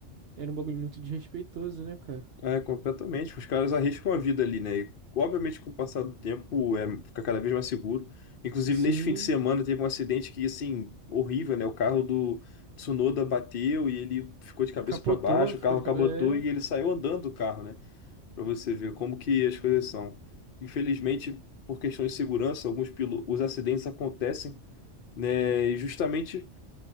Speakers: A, on the right; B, on the left.
A: era um bagulho muito desrespeitoso, né, cara?
B: É, completamente. Os caras arriscam a vida ali, né? E, obviamente, com o passar do tempo, é, fica cada vez mais seguro. Inclusive,
A: Sim,
B: neste fim de semana, teve um acidente que, assim, horrível, né? O carro do Tsunoda bateu e ele ficou de cabeça
A: capotou,
B: para baixo,
A: ficou
B: o carro
A: de
B: capotou
A: cabeça. É.
B: e ele saiu andando do carro, né? Para você ver como que as coisas são. Infelizmente, por questões de segurança, alguns pilo... os acidentes acontecem né? E justamente